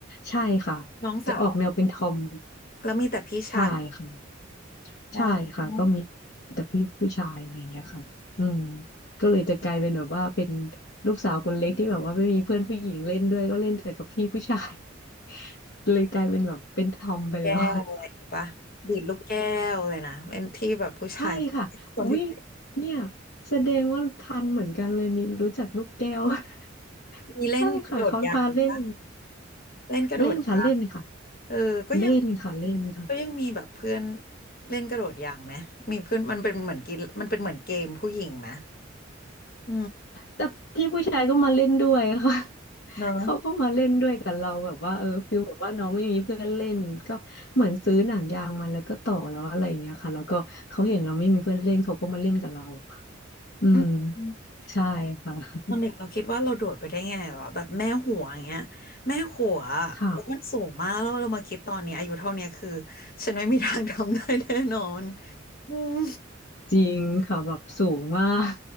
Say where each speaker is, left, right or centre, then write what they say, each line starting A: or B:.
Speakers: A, on the left; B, on the left.
A: ใช่ค่ะ
B: น้องสาว
A: จะออกแนวเป็นทอม
B: แล้วมีแต่พี่ชาย
A: ใช่ค่ะ
B: มอง
A: ใช่ค่ะก็มีแต่พี่ผู้ชายอะไรอย่างเงี้ยค่ะอืมก็เลยจะกลายเป็นแบบว่าเป็นลูกสาวคนเล็กที่แบบว่าไม่มีเพื่อนผู้หญิงเล่นด้วยก็เล่นแต่กับพี่ผู้ชาย <laughs> เลยกลายเป็นแบบเป็นทอมไปแล้ว
B: แก้วอะไรอย่างงี้ปะดีดลูกแก้วเลยนะเล่นที่แบบผู้ชาย
A: <laughs> ใช่ค่ะอุ้ย
B: สนที่
A: เนี่ยแสดงว่าทันเหมือนกันเลยมีรู้จักลูกแก้ว <laughs>
B: มีเล่นกระโดดยางปะ
A: ใช่ค่ะเขาพาเล่น
B: เล่นกระโดดยาง
A: เล่นค่ะเล่นค่ะ
B: เออก็ยัง
A: เล่นค่ะเล่นค่ะ
B: ก็ยังมีแบบเพื่อนเล่นกระโดดยางไหมมีเพื่อนมันเป็นเหมือนกินมันเป็นเหมือนเกมผู้หญิงไหมอืม
A: แต่พี่ผู้ชายก็มาเล่นด้วยค่ะ <laughs>
B: เนอะ
A: เขาก็มาเล่นด้วยกับเราแบบว่าเออฟิลแบบว่าน้องไม่มีเพื่อนเล่นก็เหมือนซื้อหนังยางมาแล้วก็ต่อแล้วอะไรอย่างเงี้ยค่ะแล้วก็เขาเห็นเราไม่มีเพื่อนเล่นเขาก็มาเล่นกับเราค่ะอืม
B: อืม
A: ใช่ค่ะ
B: ตอนเด็กเราคิดว่าเราโดดไปได้ไงวะแบบแม่หัวอย่างเงี้ยแม่หัว
A: ค่ะ
B: แล้วมันสูงมากแล้วเรามาคิดตอนนี้อายุเท่าเนี้ยคือฉันไม่มีทางทำได้แน่นอนอืม
A: จริงค่ะแบบสูงมาก